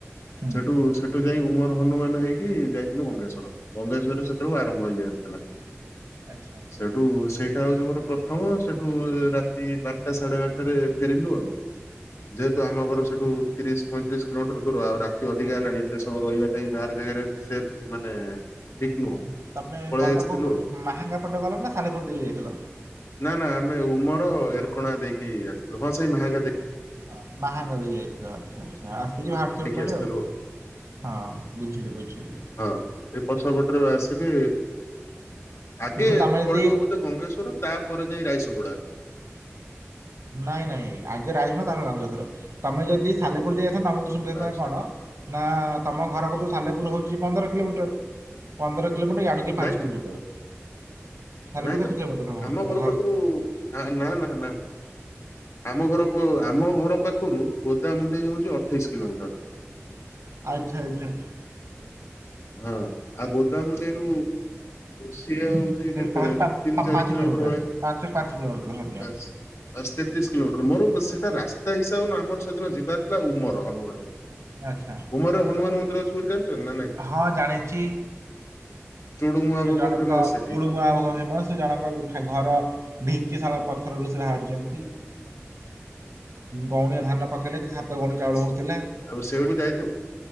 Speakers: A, on the right; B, on the left.
A: ହୁଁ
B: ସେଠୁ ସେଠୁ ଯାଇ ଉମର ହନୁମାନ ହେଇକି ଯାଇଥିଲୁ ଗଙ୍ଗେଶ୍ଵର ମଙ୍ଗେଶ୍ୱରରେ ସେଳରୁ ଆରମ୍ଭ ହେଇଯସିଥିଲା
A: ଆଚ୍ଛା।
B: ସେଠୁ ସେଇଟା ହଉଛି ମୋର ପ୍ରଥମ ସେଠୁ ରାତି ବାରଟା ସାଢେ ବାରଟାରେ ଫେରିନ୍ତୁ ଆଉ ଯେହେତୁ ଆମ ଘର ସେଠୁ ତିରିଶ ପଇଁତିରିଶ କିଲୋମିଟର ଦୂର ଆଉ ରାତି ଅଧିକା ହେଲାଣି ଏତେ ସମୟ ରହିବାଟା ବାହାର ଜାଗାରେ ସେ ମାନେ ଠିକ ନୁହଁ
A: ହୁଁ ତମେ
B: ପଳେଇ
A: ଗଲ
B: ଆସିଥିଲୁ
A: କୋଉ ପଟ
B: ଆଉ।
A: ମାହାଙ୍ଗା ପଟେ ଗଲ ନା ସାଲେପୁର ଦେଇକ ଯାଇଥିଲ
B: ନା ନା ଆମେ ଉମର ଏରକଣା ଦେଇକି ଆସିଥିଲୁ ହଁ ସେଇ ମହେଙ୍ଗା ଦେଇ
A: ହଁ ମହାେଙ୍ଗା ଦେଇି ଆଇତ ରାଜ ଆଛ ଆଚ୍ଛା ଆସିକି ବାହାରିଥିବ
B: ଦେଇକି
A: ପଟେ
B: ଆସିଥିଲୁ
A: ଆଉ ହଁ ବୁଝିଲି ବୁଝିଲି।
B: ହଁ ଏ ପଛଆ ପଟରେ ଆସିକି ଆଗେ
A: କିନ୍ତୁ ତମେ ଯଦି
B: ପଡିବ ବୋଧେ ଗଙ୍ଗେଶ୍ଵର ତାପ ଯାଇ ରାଇସିଙ୍ଗୁଡା
A: ନାଇଁ ନାଇଁ ଆଗରେ ଆସଛ ନା ତାରେ ରଙ୍ଗେଶ୍ୱର ତମେ ଯଦି ସାଲେପୁର ଦେଇ ଯାଇଥାନ୍ ତମକୁ ସୁବିଧା
B: ଆଚ୍ଛା
A: ଥାତା କଣ? ନା ତମ ଘରକୁ ତୁ ସାଲେପୁର ହଉଛି ପନ୍ଦର କିଲୋମିଟର ପନ୍ଦର କିଲୋମିଟର ଡ ପାଞ୍ଚ
B: ନାଇଁ ତ
A: କିଲୋମିଟର ସାଲେପୁର
B: ନାଇଁ
A: କେତେ
B: ତ
A: କିଲୋମିଟର ତମ
B: ଆମ
A: ତମ
B: ଘର ପାଖରୁ ନା ନା ନା ଆମ ଘର ଆମ ଘର ପାଖରୁ ଗୋଦାମୁଣ୍ଡେଇ ହଉଛି ଅଠେଇଶି କିଲୋମିଟର
A: ଆଚ୍ଛା ଆଚ୍ଛା।
B: ହଁ ଆଉ ବୋଦାମୁଣ୍ଡିରୁ ସିଏ ହଉଛି କେତେ
A: ପାଉଛି ପାଞ୍ଚ
B: ତିନି ଚାରି
A: କିଲୋମିଟର
B: ଭଳିଆ
A: ପାଞ୍ଚ ପାଞ୍ଚ କିଲୋମିଟର ଧନି
B: ବାସ୍ ତେତିଶ କିଲୋମିଟର ମୋର ସେଟା ରାସ୍ତା ହିସାବରେ ନ ଆମର ସେଦିନ ଯିବାର ଥିଲା ଉମର ହନୁମାନ
A: ଆଚ୍ଛା।
B: ତମର ହନୁମାନ ମନ୍ଦିର ଅ ନାଇଁ।
A: ହଁ ଜାଣିଛି।
B: ଚୁଡୁମୁଆ
A: ସେ
B: ଭୋଗ
A: ଜଣଙ୍କ
B: ଫେମସ ସେଠି
A: ଚୁଡୁମଆ ଫେମସ ସେ ଜଣଙ୍କା ଘର ଢିଙ୍କିଶାଳ ପଥରରୁ ସେ ବାହାରିଛନ୍ତି। ଗଉଣିଏ ଧାନ ପକେଇଲେ ସାତ ଗଉଣି
B: ବାସ୍
A: ଚାଉଳ ହଉଥିଲା
B: ଆଉ ସେଇଠୁ ଯାଇଥିବ।